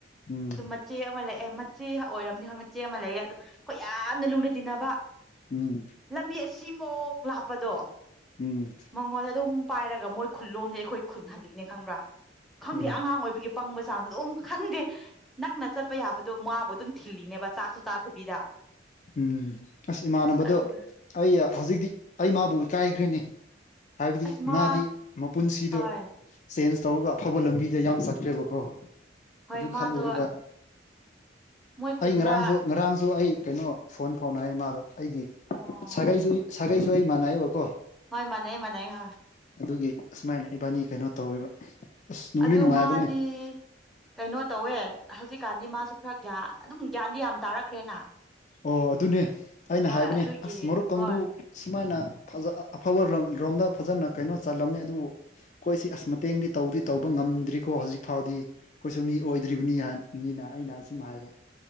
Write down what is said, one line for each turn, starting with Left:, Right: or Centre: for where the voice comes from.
Left: ꯎꯝ
Centre: ꯑꯗꯨ ꯃꯆꯦ ꯑꯃ ꯂꯩꯑꯦ ꯃꯆꯦ ꯑꯣꯏꯔꯝꯅꯤ ꯍꯣꯏ ꯃꯆꯦ ꯑꯃ ꯂꯩꯑꯦ ꯑꯗꯨ ꯑꯩꯈꯣꯏ ꯌꯥꯝꯅ ꯂꯨꯅ ꯇꯤꯟꯅꯕ
Left: ꯎꯝ
Centre: ꯂꯝꯕꯤ ꯑꯁꯤꯃꯣꯛ ꯂꯥꯞꯄꯗꯣ
Left: ꯎꯝ
Centre: ꯃꯣꯉꯣꯟꯗ ꯑꯗꯨꯝ ꯄꯥꯏꯔꯒ ꯃꯣꯏ ꯈꯨꯜꯂꯣꯝꯗ ꯑꯩꯈꯣꯏ ꯈꯨꯟ ꯍꯜꯂꯤꯅꯦ ꯈꯪꯕ꯭ꯔꯥ ꯈꯪꯗꯦ
Left: ꯎꯝ
Centre: ꯑꯉꯥꯡ ꯑꯣꯏꯕꯒꯤ ꯄꯪꯕ ꯆꯥꯡꯗ‌ꯣ ꯑꯗꯨꯣꯝ ꯈꯪꯗꯦ ꯅꯛꯅ ꯆꯠꯄ ꯌꯥꯕꯗꯣ ꯃꯥꯕꯨ ꯑꯗꯨꯝ ꯊꯤꯜꯂꯤꯅꯦꯕ ꯆꯥꯛꯁꯨ ꯆꯗꯕꯤꯗ
Left: ꯎꯝ ꯑꯁ ꯏꯃꯥꯟꯅꯕꯗꯣ
Centre: ꯑꯗꯨꯒ
Left: ꯑꯩ ꯍꯧꯖꯤꯛꯇꯤ ꯑꯩ ꯃꯥꯕꯨ ꯏꯀꯥꯏꯈ꯭ꯔꯤꯅꯤ ꯍꯥꯏꯕꯗꯤ
Centre: ꯑꯁ ꯃꯥ
Left: ꯃꯥꯗꯤ ꯃꯄꯨꯟꯁꯤꯗꯣ
Centre: ꯍꯣꯏ
Left: ꯆꯦꯟꯖ ꯇꯧꯔꯒ ꯑꯐꯕ ꯂꯝꯕꯤꯗ ꯌꯥꯝ ꯆꯠꯈ꯭ꯔꯦꯕꯀꯣ
Centre: ꯍꯣꯏ
Left: ꯑꯗꯨ
Centre: ꯃꯥꯗꯣ
Left: ꯈꯜꯂꯨꯔꯒ
Centre: ꯃꯣꯏ ꯈꯨꯟꯗ
Left: ꯑꯩ ꯉꯔꯥꯡꯁꯨ ꯉꯔꯥꯡꯁꯨ ꯑꯩ ꯀꯩꯅꯣ ꯐꯣꯟ ꯐꯥꯎꯅꯩꯌꯦ ꯃꯥꯒ ꯑꯩꯒꯤ
Centre: ꯑꯣ
Left: ꯁꯥꯒꯩꯁꯨ ꯁꯥꯒꯩꯁꯨ ꯑꯩ ꯃꯥꯟꯅꯩꯑꯕꯀꯣ
Centre: ꯍ‌ꯣꯏ ꯃꯥꯟꯅꯩ ꯃꯥꯟꯅꯩ ꯍ
Left: ꯑꯗꯨꯒꯤ ꯑꯁꯨꯃꯥꯏꯅ ꯏꯕꯥꯅꯤ ꯀꯩꯅꯣ ꯇꯧꯔꯤꯕ ꯑꯁ ꯅꯨꯡꯗꯤ
Centre: ꯑꯗꯨ
Left: ꯅꯨꯡꯉꯥꯏꯕꯅꯦ
Centre: ꯃꯥꯗꯤ ꯀꯩꯅꯣ ꯇꯧꯋꯦ ꯍꯧꯖꯤꯛꯀꯥꯟꯗꯤ ꯃꯥꯁꯨ ꯈꯔꯒꯌꯥ ꯑꯗꯨꯝ ꯒ꯭ꯌꯥꯟꯗꯤ ꯌꯥꯝ ꯇꯥꯔꯛꯈ꯭ꯔꯦꯅ
Left: ꯑꯣ ꯑꯗꯨꯅꯦ ꯑꯩꯅ
Centre: ꯍꯣꯏ
Left: ꯍꯥꯏꯕꯅꯦ
Centre: ꯑꯗꯨꯒꯤ
Left: ꯑꯁ ꯃꯔꯨꯞ ꯀꯥꯡꯕꯨ
Centre: ꯍꯣꯏ
Left: ꯁꯨꯃꯥꯏꯅ ꯐꯖ ꯑꯐꯕ ꯔꯣꯝꯗ ꯐꯖꯅ ꯀꯩꯅꯣ ꯆꯜꯂꯝꯃꯦ ꯑꯗꯨꯕꯨ ꯈꯣꯏꯁꯤ ꯑꯁ ꯃꯇꯦꯡꯗꯤ ꯇꯧꯗꯤ ꯇꯧꯕ ꯉꯝꯗ꯭ꯔꯤꯀꯣ ꯍꯧꯖꯤꯛ ꯐꯥꯎꯗꯤ ꯑꯩꯈꯣꯏꯁꯨ ꯃꯤ ꯑꯣꯏꯗ꯭ꯔꯤꯕꯅꯤ ꯃꯤꯅ ꯑꯩꯅ ꯁꯨꯝ ꯍꯥꯏꯕ